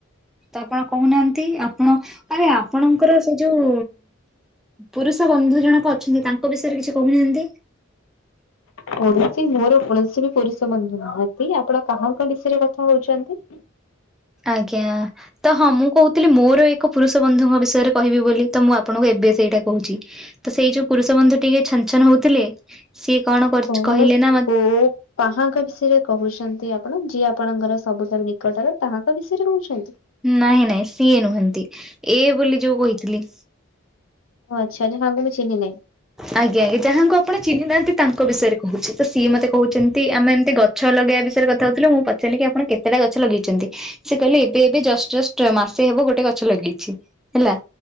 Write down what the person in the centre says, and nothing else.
ତ ଆପଣ କହୁନାହାନ୍ତି ଆପଣ ମାନେ ଅପଣକର ସେ ଯୋଉ ପୁରୁଷ ବନ୍ଧୁ ଜଣକ ଅଛନ୍ତି ତାଙ୍କ ବିଷୟରେ କିଛି କହୁନାହାନ୍ତି?
ଆଜ୍ଞା। ତ ହଁ ମୁଁ କହୁଥିଲି ମୋର ଏକ ପୁରୁଷ ବନ୍ଧୁଙ୍କ ବିଷୟରେ କହିବି ବୋଲି ତ ମୁଁ ଆପଣଙ୍କୁ ଏବେ ସେଇଟା କହୁଛି। ତ ସେଇ ଯୋଉ ପୁରୁଷ ବନ୍ଧୁ ଟିକେ ଛନ ଛନ ହଉଥିଲେ ସିଏ କଣ
କହିଲେ
ନା
ନାଇଁ ନାଇଁ ସିଏ ନୁହନ୍ତି ଏ ବୋଲି ଯୋଉ କହିଥିଲି।
ଆଜ୍ଞା ଆଜ୍ଞା ଯାହାଙ୍କୁ ଆପଣ ଚିହ୍ନିନାହାନ୍ତି ତାଙ୍କ ବିଷୟରେ କହୁଛି ତ ସିଏ ମତେ କହୁଛନ୍ତି ଆମେ ଏମିତି ଗ ଛ ଲଗେଇବା ବିଷୟରେ କଥା ହଉଥିଲେ ମୁଁ ପଚାରିଲି କି ଆପଣ କେତେଟା ଗଛ ଲଗେଇଛନ୍ତି? ସେ କହିଲେ ଏବେ ଏବେ ଜଷ୍ଟ ଜଷ୍ଟ ମାସେ ହେବ ଗୋଟେ ଗଛ ଲଗେଇଛି ହେଲା।